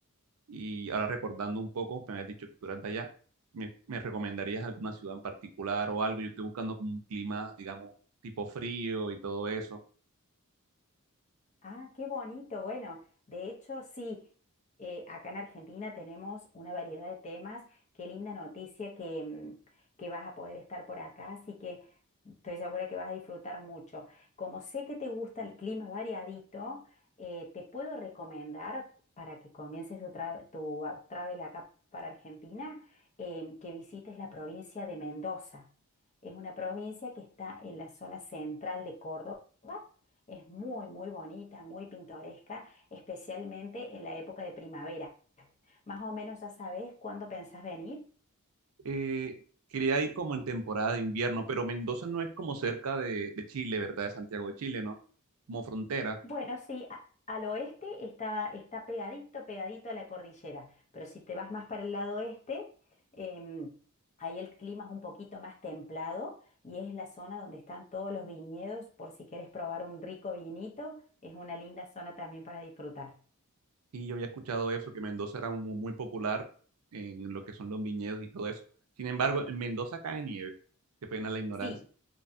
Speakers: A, on the right (about 70°); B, on the left (about 30°).
A: y ahora recordando un poco, me habías dicho que tú eras de allá. ¿Me, me recomendarías alguna ciudad en particular o algo? Yo estoy buscando como un clima, digamos, tipo frío y todo eso.
B: Ah, qué bonito. Bueno, de hecho, sí, eh, acá en Argentina tenemos una variedad de temas. Qué linda noticia que, mm, que vas a poder estar por acá, así que estoy segura que vas a disfrutar mucho. Como sé que te gusta el clima variadito, eh, te puedo recomendar para que comiences tu, tra- tu ah, travel acá para Argentina, em, que visites la provincia de Mendoza. Es una provincia que está en la zona central de Córdoba es muy, muy bonita, muy pintoresca, especialmente en la época de primavera. Más o menos ya sabes cuándo pensás venir.
A: Eh, quería ir como en temporada de invierno, pero Mendoza no es como cerca de, de Chile, ¿verdad? De Santiago de Chile, ¿no? Como frontera.
B: Bueno, sí, a- al oeste está, está pegadito, pegadito a la cordillera, pero si te vas más para el lado este, em, ahí el clima es un poquito más templado y es la zona donde están todos los viñedos por si quieres probar un rico vinito, es una linda zona también para disfrutar.
A: Sí, yo había escuchado eso, que Mendoza era mu- muy, popular en lo que son los viñedos y todo eso. Sin embargo, en Mendoza cae nieve. Qué pena la ignorancia.
B: Sí.